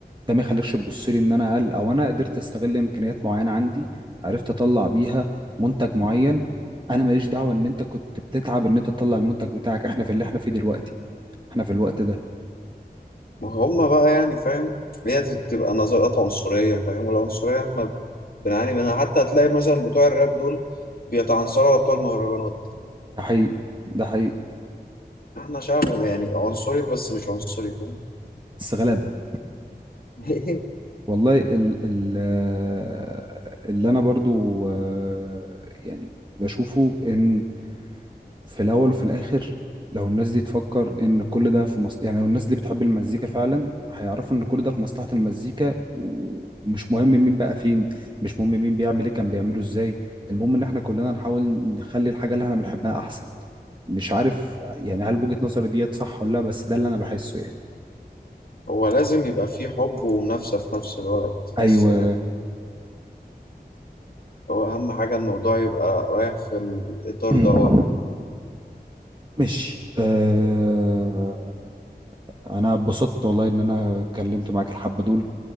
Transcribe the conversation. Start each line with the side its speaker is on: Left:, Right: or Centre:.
Right: ده ما يخليكش تبص لي ان انا اقل او انا قدرت استغل امكانيات معينه عندي عرفت اطلع بيها منتج معين انا ماليش دعوه ان انت كنت بتتعب ان انت تطلع المنتج بتاعك احنا في اللي احنا فيه دلوقتي احنا في الوقت ده
Left: ما هم بقى يعني فاهم هي بتبقى نظرات عنصرية فاهم والعنصرية احنا بنعاني منها حتى هتلاقي مثلا بتوع الراب دول بيتعنصروا على بتوع المهرجانات
Right: ده حقيقي ده حقيقي
Left: احنا شعب يعني عنصري بس مش عنصري فاهم
Right: بس غلابه <laughs>
Left: <laughs>
Right: والله ال ال آه، اللي انا برضو آه، يعني بشوفه ان في الاول وفي الاخر لو الناس دي تفكر ان كل ده في مصلحة يعني لو الناس دي بتحب المزيكا فعلا هيعرفوا ان كل ده في مصلحة المزيكا و- ومش مهم مين بقى فين مش مهم مين بيعمل ايه كان بيعمله ازاي المهم ان احنا كلنا نحاول نخلي الحاجة اللي احنا بنحبها احسن مش عارف يعني هل وجهة نظري ديت صح ولا لا بس ده اللي انا بحسه يعني
Left: هو لازم يبقى فيه حب ومنافسة في نفس الوقت
Right: ايوه
Left: بس يعني هو أهم حاجة الموضوع يبقى رايح في الإطار
Right: <clears throat>
Left: دوت
Right: ماشي آه انا اتبسطت والله ان انا اتكلمت معاك الحبة دول